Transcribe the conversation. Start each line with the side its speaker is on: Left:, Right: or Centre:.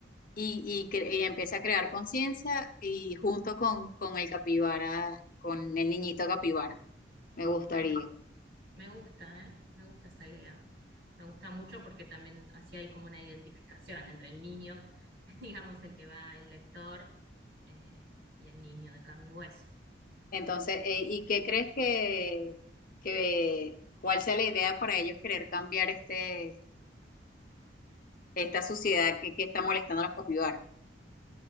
Left: y, y, cre- y empiece a crear conciencia y junto con, con el capibara, con el niñito capibara, me gustaría.
Right: ay, me, me gusta, ¿eh? Me gusta esa idea. Me gusta mucho porque también así hay como una identificación entre el niño, <laughs> digamos, el que va, el lector, eh, y el niño de carne y hueso.
Left: Entonces, eh, ¿y qué crees que, que cuál sea la idea para ellos querer cambiar este, esta sociedad que, que está molestando a los capibaras? O